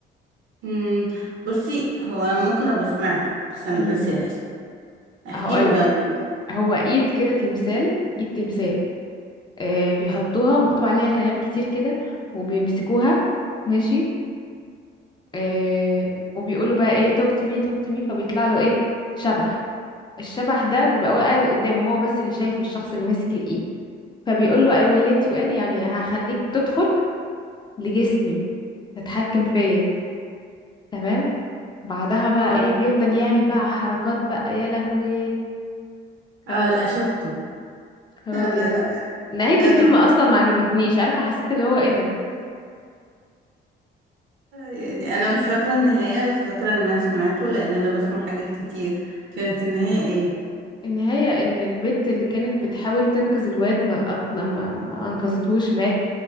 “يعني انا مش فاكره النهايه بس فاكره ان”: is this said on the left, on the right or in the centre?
Right